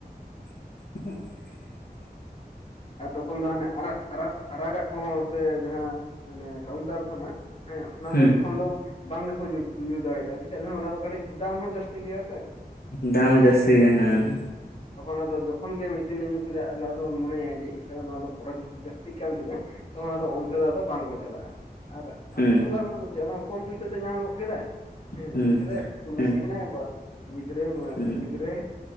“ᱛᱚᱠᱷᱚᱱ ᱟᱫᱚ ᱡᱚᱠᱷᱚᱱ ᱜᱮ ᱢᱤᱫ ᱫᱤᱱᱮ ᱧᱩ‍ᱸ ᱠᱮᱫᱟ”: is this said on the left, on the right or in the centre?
Left